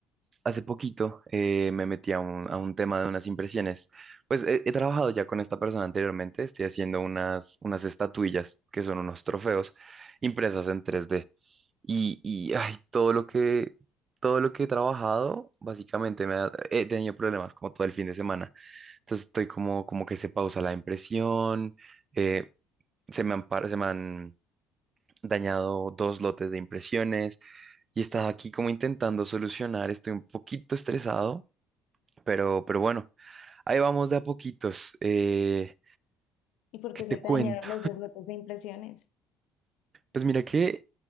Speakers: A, on the right (about 35°); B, on the left (about 75°).
A: hace poquito eh, me metí a un, a un tema de unas impresiones. Pues he, he trabajado ya con esta persona anteriormente, estoy haciendo unas, unas estatuillas que son unos trofeos impresas en tres d Y, y ay, todo lo que, todo lo que he trabajado, básicamente me ha- he tenido problemas como todo el fin de semana. Entonces estoy como, como que se pausa la impresión eh, se me han, par- se me han dañado dos lotes de impresiones y he estado aquí como intentando solucionar. Estoy un poquito estresado, pero, pero bueno, ahí vamos de a poquitos. Eh,
B: y por
A: ¿qué
B: qué
A: te
B: se te
A: cuento?
B: dañaron los dos lotes de impresiones.
A: Pues mira que